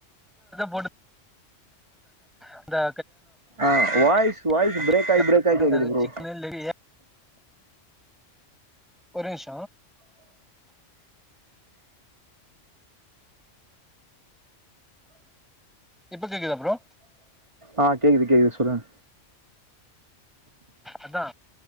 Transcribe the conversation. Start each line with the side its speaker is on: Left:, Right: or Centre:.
Centre: போட்டுந்தாங்க இந்தாங்க
Right: ஆ வாய்ஸ்
Centre: <unintelligible>
Right: வாய்ஸ் பிரேக் ஆயி பிரேக் ஆயி கேக்குது ப்ரோ
Centre: கல்யாண <unintelligible> ஒறே நிஷ இப்ப கேக்குதா ப்ரோ
Right: ஆ கேக்குது கேக்குது சொல்லுங்க
Centre: அதா